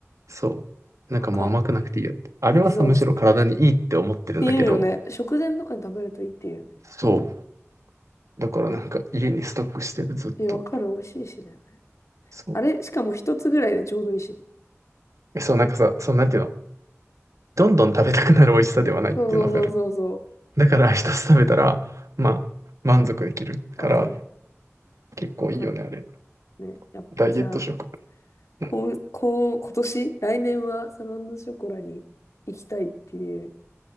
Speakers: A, on the right (about 85°); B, on the left (about 75°).
A: そう。なんかもう甘くなくていいよって。
B: わかるわかる。
A: あれはさ、
B: え、そうそう。
A: むしろ体にいいって思ってるんだけど、
B: って言うよね。食前とかに食べるといいって言うよね。
A: そう。だからなんか家にストックしてる、
B: ね。
A: ずっと。
B: え、わかる。美味しいしね。
A: そう。
B: あれ、しかも一つぐらいでちょうどいいしね。
A: え、そう、なんかさ、そう、なんていうのどんどん食べたくなる美味しさではないっていうのわかる。
B: そうそうそうそうそ
A: だから一つ食べたら、まあ、満足できるから、
B: う。わかる。
A: 結構いいよね、
B: わかる。
A: あれ。
B: ね。やっぱじゃあ、
A: ダイエット食。うん。
B: こん、こん、今年、来年はサロンドショコラに行きたいっていう